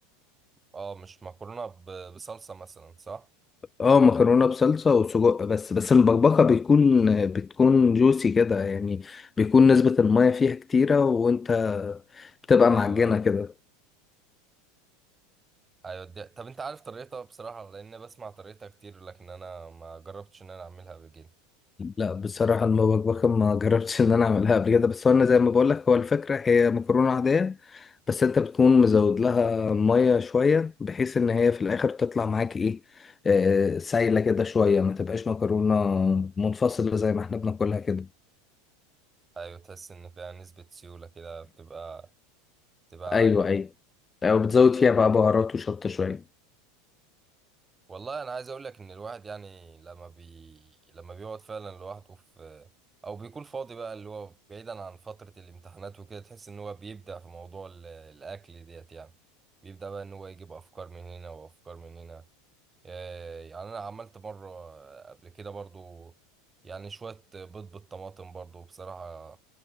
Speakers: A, on the right; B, on the left.
A: اه مش مكرونة ب- بصلصة مثلا صح؟
B: اه مكرونه بصلصه وسجق بس بس المبكبكه بتكون بتكون جوسي كده يعني بيكون نسبه الميه فيها كتيره وانت بتبقى
A: ايوه
B: معجنه كده
A: ايوه دي. طب انت عارف طريقتها بصراحه لان بسمع طريقتها كتير لكن انا ما جربتش ان انا اعملها قبل كده
B: لا بصراحه المبكبكه ما جربتش ان انا اعملها قبل كده بس هو انا زي ما بقول لك هو الفكره هي مكرونه عاديه بس انت بتكون مزود لها ميه شويه بحيث ان هي في الاخر تطلع معاك ايه آه، سايله كده شويه ما تبقاش مكرونه منفصله زي ما احنا بناكلها كده
A: ايوه تحس ان فيها نسبه سيوله كده بتبقى بتبقى
B: ايوه
A: عاليه يعني.
B: ايوه او بتزود فيها بقى بهارات وشطه شويه
A: والله انا عايز اقول لك ان الواحد يعني لما بي لما بيقعد فعلا لوحده في او بيكون فاضي بقى اللي هو بعيدا عن فتره الامتحانات وكده تحس ان هو بيبدع في موضوع ال- الاكل ديت يعني بيبدأ بقى ان هو يجيب افكار من هنا وافكار من هنا آه، يعني انا عملت مره قبل كده برضو يعني شويه بيض بالطماطم برضو بصراحه